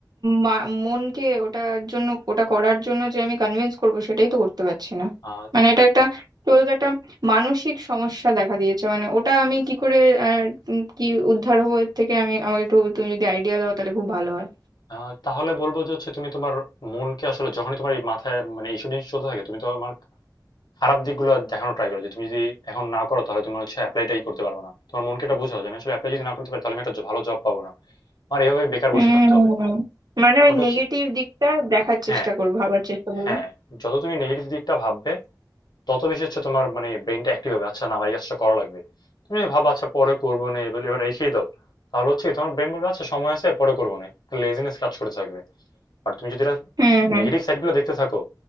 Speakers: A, on the right; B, on the left.
A: মা- মনকে ওটার জন্য ওটা করার জন্য যে আমি কনভিন্স করব সেটাই তো করতে পারছি না
B: আহ,
A: মানে এটা একটা
B: ক-
A: কি বলতো একটা মানসিক সমস্যা দেখা দিয়েছে মানে ওটা আমি কি করে আহ, উম, কি উদ্ধার হবো এর থেকে আমি আমাকে একটু তুমি যদি আইডিয়া দাও তাহলে খুব ভালো হয়
B: আহ, তাহলে বলবো যে হচ্ছে তুমি তোমার মনকে আসলে যখনই তোমার এই মাথায় মানে এইসব জিনিস চলতে থাকে তুমি তোমার খারাপ দিকগুলো দেখানো ট্রাই করো যে তুমি যদি এখন না করো তাহলে তুমি হচ্ছে অ্যাপ্লাইটাই করতে পারবে না তোমার মনকে এটা বোঝাও যে আমি আসলে অ্যাপ্লাই যদি না করতে পারি তাহলে আমি একটা ভালো জব পাবো না আমার এইভাবে বেকার
A: উম,
B: বসে থাকতে হবে
A: মানে
B: ব্যাপারটা
A: ওই
B: হচ্ছে
A: নেগেটিভ দিকটা দেখার চেষ্টা
B: হ্যাঁ
A: করবো ভাবার চেষ্টা করবো
B: হ্যাঁ যত তুমি নেগেটিভ দিকটা ভাববে তত বেশি হচ্ছে তোমার মানে ব্রেনটা অ্যাক্টিভ হবে আচ্ছা না আমার এই কাজটা করা লাগবে তুমি যদি ভাবো আচ্ছা পরে করবো না এবার এবার রেখেই দাও তাহলে হচ্ছে তোমার ব্রেন বলবে আচ্ছা সময় আছে পরে করবো না লেজিনেস কাজ করে থাকবে আর তুমি যদি
A: হুম হুম
B: নেগেটিভ সাইডগুলো দেখতে থাকো